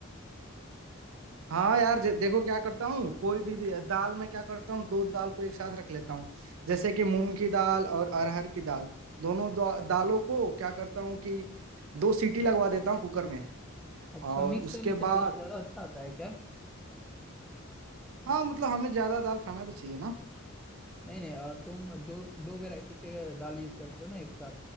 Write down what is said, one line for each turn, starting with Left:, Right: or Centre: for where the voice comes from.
Right: हाँ यार जे- देखो क्या करता हूँ कोई भी दे- दाल में क्या करता हूँ दो दाल को एक साथ रख लेता हूँ जैसे कि मूंग की दाल और अरहर की दाल दोनों दो, दालों को क्या करता हूँ कि दो सीटी लगवा देता हूँ कुकर में
Centre: अच्छा
Right: और
Centre: मिक्स
Right: उसके
Centre: करने से टेस्ट
Right: बाद
Centre: ज्यादा अच्छा आता है क्या
Right: हाँ मतलब हमें ज्यादा दाल खाना भी चाहिए ना
Centre: नहीं नहीं अ, तुम दो दो वैरायटी के दाल यूज करते हो ना एक साथ